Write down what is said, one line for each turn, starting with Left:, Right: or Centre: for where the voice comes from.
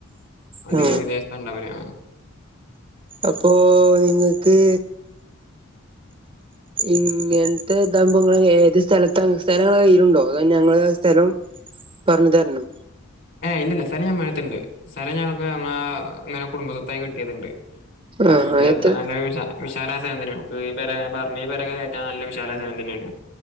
Left: അത്
Right: ആ
Left: ഞാൻ വിദേശത്താ ഉണ്ടാവല് ആഹ്
Right: അപ്പോ ഇങ്ങക്ക് ഇങ്ങനത്തെ ഇതാവുമ്പോ നിങ്ങൾ ഏത് സ്ഥലത്താണ് സ്ഥലം ഇങ്ങടെ കയ്യിലുണ്ടോ അതോ ഞങ്ങള് സ്ഥലം പറഞ്ഞു തരണോ
Left: ഏഹ് ഇല്ലില്ല സ്ഥലം ഞമ്മളിടത്തുണ്ട് സ്ഥലം ഞങ്ങക്ക് ഞങ്ങ അങ്ങനെ കുടുംബ സ്വത്തായി കിട്ടിയതുണ്ട് അയിന്
Right: ആഹ് എത്ര
Left: നല്ല പ്ലെയ്സാ വിശാലായ സ്ഥലം തന്നയാ നമ്മക്ക് ഈ പെര ഞാൻ പറഞ്ഞ ഈ പെരയൊക്കെ കേറ്റാൻ നല്ല വിശാലായ സ്ഥലം തന്നെയാണ്